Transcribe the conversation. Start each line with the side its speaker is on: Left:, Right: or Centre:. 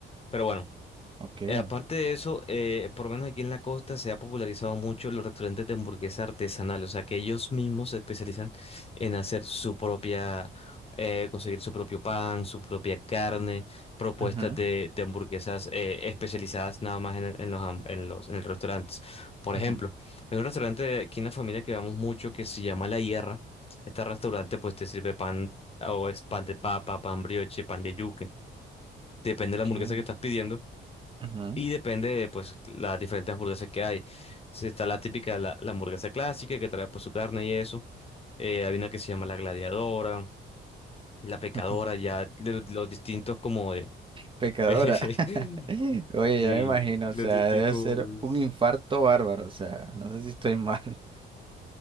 Left: Pero bueno.
Right: Ok.
Left: Eh, aparte de eso, eh, por lo menos aquí en la costa se ha popularizado mucho los restaurantes de hamburguesa artesanal, o sea que ellos mismos se especializan en hacer su propia, eh, conseguir su propio pan, su propia carne, propuestas
Right: Ujú,
Left: de, de hamburguesas eh, especializadas nada más en, el- en los, ham- en los, en los restaurantes. Por
Right: ujú,
Left: ejemplo, hay un restaurante de aquí en la familia que vamos mucho que se llama La Hierra. Este restaurante pues te sirve pan, o es pan de papa, pan brioche, pan de yuca, depende de la
Right: ¿Qué?
Left: hamburguesa que estás pidiendo.
Right: Ujú,
Left: Y depende de pues las diferentes hamburguesas que hay. Si está la típica, la, la hamburguesa clásica que trae pues su carne y eso. Eh, hay una que se llama la gladiadora, la pecadora,
Right: ujú.
Left: ya de los, distintos como de...
Right: Pecadora.
Left: <laughs>
Right: <laughs> Oye,
Left: Sí,
Right: ya me imagino,
Left: los
Right: o sea,
Left: distintos
Right: debe ser un infarto bárbaro, o sea, no sé si estoy mal.